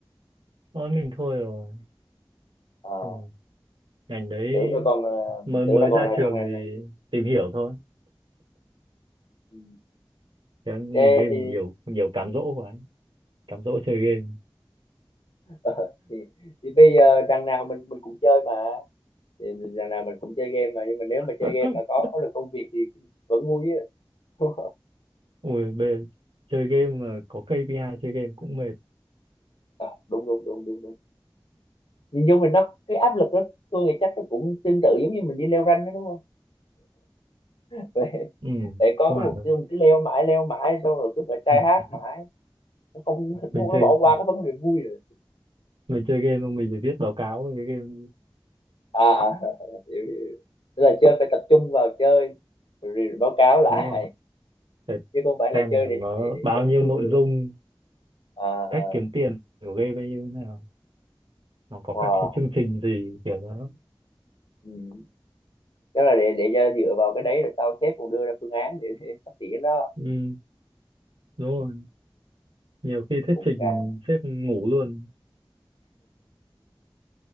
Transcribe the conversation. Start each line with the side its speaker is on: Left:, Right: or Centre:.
Right: nói mình thôi rồi
Left: à,
Right: Chứ mà ngành đấy
Left: tưởng đâu còn ờ,
Right: mới
Left: tưởng
Right: mới
Left: là còn
Right: ra
Left: làm
Right: trường
Left: trong ngành
Right: thì
Left: này
Right: tìm hiểu thôi
Left: ừ.
Right: Thế ngành
Left: thế
Right: game
Left: thì
Right: thì nhiều nhiều cám dỗ quá cám dỗ chơi game
Left: <laughs> Ờ, thì, thì bây giờ đằng nào mình mình cũng chơi mà thì đằng nào mình cũng chơi game mà nhưng mà nếu mà chơi
Right: <laughs>
Left: game mà có có được công việc thì vẫn vui á <laughs> đúng
Right: Ui, bây giờ chơi game mà có KPI chơi game cũng mệt.
Left: Ờ, đúng đúng đúng đúng đúng nhìn chung mình nó cái áp lực đó tôi nghĩ chắc nó cũng tương tự giống như mình đi leo ranh đó đúng không <laughs> vậy
Right: Ừ,
Left: vậy có
Right: không
Left: cái
Right: hẳn
Left: mục
Right: đâu.
Left: tiêu mình cứ leo mãi leo mãi xong rồi cứ phải try
Right: <laughs>
Left: hard mãi nó không nó,
Right: Mình chơi
Left: nó bỏ qua cái vấn đề vui rồi
Right: mình chơi game xong mình phải viết báo cáo về cái game
Left: à <laughs> hiểu, hiểu. tức là chơi phải tập trung vào chơi rồi báo cáo lại
Right: đúng không? Phải
Left: chứ không phải
Right: xem
Left: là chơi
Right: là
Left: để
Right: nó
Left: để, để
Right: bao
Left: cho
Right: nhiêu
Left: vui
Right: nội
Left: nữa
Right: dung,
Left: à, à,
Right: cách kiếm tiền của game bao nhiêu thế nào, nó có
Left: wow.
Right: các cái chương trình gì kiểu đó.
Left: ừ. chắc là để để cho dựa vào cái đấy là sau sếp còn đưa ra phương án để, để phát triển đó
Right: Ừ, đúng rồi. Nhiều khi thuyết
Left: cũng
Right: trình
Left: càng
Right: sếp ngủ luôn.